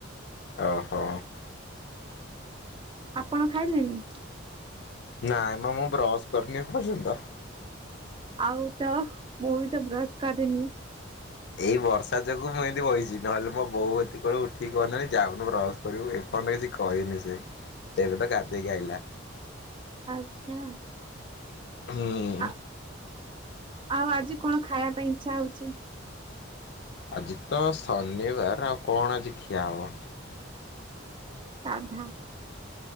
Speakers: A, on the left; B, on the right.
A: ଓହୋ।
B: ଆପଣ ଖାଇଲେଣି?
A: ନାଇଁମ ମୁଁ ବ୍ରସ୍ କରିନି ଏ ପର୍ଯ୍ୟନ୍ତ।
B: ଆଉ ତ ମୁଁ ବି ତ ବ୍ରସ୍ କରିନି।
A: ଏଇ ବର୍ଷା ଯୋଗୁ ମୁଁ ଏମିତି ବଇଚି ନହେଲେ ମୋ ବୋଉ ଏତିକି କଳୁ ଉଠିକି କହନ୍ତାଣି ଯାଉନୁ ବ୍ରସ୍ କରିବୁଏପନ୍ତ କିଛି କହିନି ସେ।
B: <inaudible>
A: ଦେବେ ତ ଗାଧେଇକିଆଇଲା।
B: ଆଛା
A: ହୁଁ
B: ଆ। ଆଉ ଆଜି କଣ ଖାଇବା ପାଇଁ ଇଛା ହଉଚି?
A: ଆଜି ତ ଶନିବାର ଆଉ କଣ ଆଜି ଖିଆ ହବ।
B: ସାଧା।